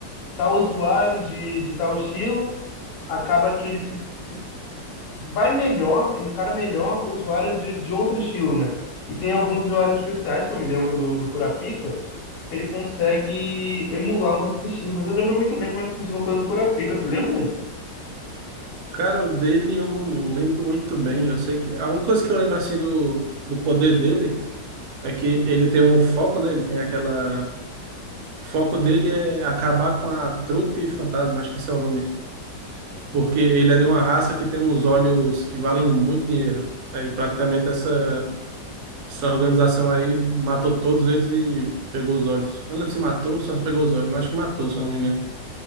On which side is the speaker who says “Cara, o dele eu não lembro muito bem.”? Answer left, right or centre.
Right